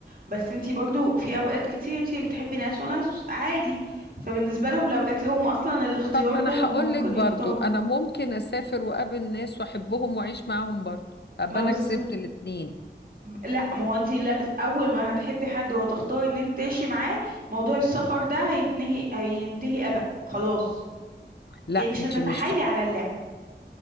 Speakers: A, on the right; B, on the left.
A: بس انتي برضو في اوقات كتير انتي بتحبي ناس وناس عادي فبالنسبة لهم لو جات لهم اصلا الاختيار
B: طب ما انا
A: ده هم
B: هقول
A: ممكن
B: لك برضو
A: يختاروا
B: انا ممكن اسافر واقابل ناس واحبهم واعيش معاهم برضو ابقى
A: ما
B: انا
A: بز
B: كسبت الاتنين
A: لا ما هو انتي لا اول ما هتحبي حد وهتختاري ان انت تعيشي معاه موضوع السفر ده هينتهي هينتهي ابق خلاص
B: لا
A: يعني مش
B: انتي
A: هتتحايلي
B: مش ف...
A: على اللعبة